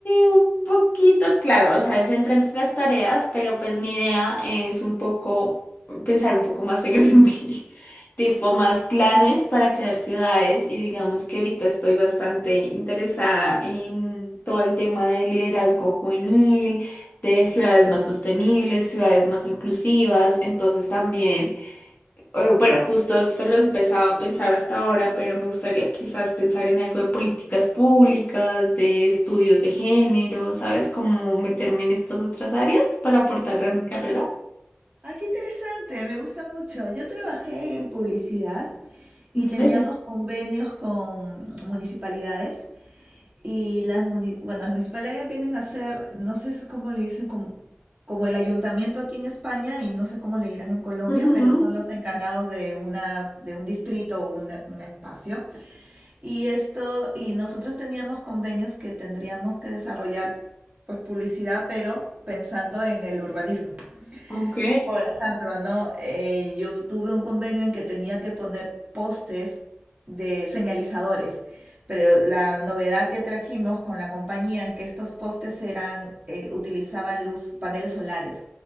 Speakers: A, on the left; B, on the right.
A: un poquito, claro, o sea, es entra entre las tareas, pero pues mi idea es un poco pensar un poco más en grande, <laughs> tipo más planes para crear ciudades y digamos que ahorita estoy bastante interesada en todo el tema de liderazgo juvenil, de ciudades más sostenibles, ciudades más inclusivas, entonces también eh, Bueno, justo eso lo he empezado a pensar hasta ahora, pero me gustaría quizás pensar en algo de políticas públicas, de estudios de género, ¿sabes? Como meterme en estas otras áreas para aportar a mi carrera.
B: Ah, qué interesante, me gusta mucho. Yo trabajé en publicidad y
A: ¿En serio?
B: teníamos convenios con municipalidades y las, muni- bueno, las municipalidades vienen a hacer, no sé si- cómo le dicen, como, como el ayuntamiento aquí en España y no sé cómo le dirán en Colombia,
A: Ujú.
B: pero son los encargados de una, de un distrito o un, un espacio. Y esto, y nosotros teníamos convenios que tendríamos que desarrollar pues publicidad, pero pensando en el urbanismo.
A: Ok,
B: Por ejemplo, ¿no? Eh, yo tuve un convenio en que tenía que poner postes de señalizadores, pero la novedad que trajimos con la compañía es que estos postes eran, eh, utilizaban luz, paneles solares.